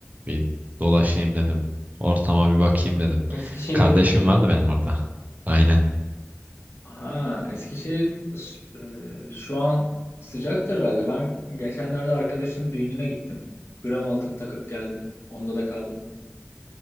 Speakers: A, on the right; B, on the left.
A: Bir dolaşayım dedim. Ortama bir bakayım dedim.
B: Eskişehir'e
A: Kardeşim
B: gittin.
A: var da benim orada. Aynen.
B: Ha, Eskişehir s- e, şu an sıcaktır herhalde. Ben geçenlerde arkadaşın düğününe gittim. Gram altın takıp geldim. Onda da kaldım.